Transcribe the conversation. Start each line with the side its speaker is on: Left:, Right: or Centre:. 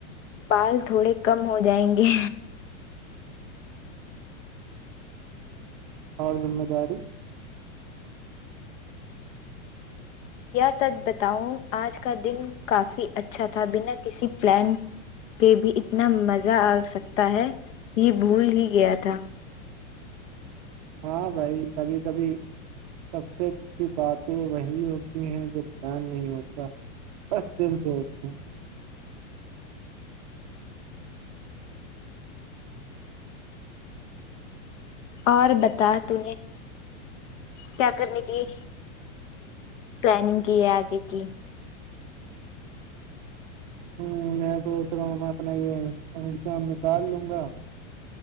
Left: بال تھوڑے کم ہو جائیں گے
Right: اور ذمہ داری
Left: یار سچ بتاؤں آج کا دن کافی اچھا تھا بنا کسی پلان کہ بھی اتنا مزہ آ سکتا ہے یہ بھول ہی گیا تھا
Right: ہاں بھائی کبھی کبھی سب سے اچھی باتیں وہی ہوتی ہیں جو بلان نہیں ہوتا بس دم سے ہو ہیں
Left: اور بتا تو نے کیا کرنی چاہیے پلاننگ کی ہے آگے کی
Right: ہوں میں سوچ رہا ہوں میں اپنا یہام کال لوں گا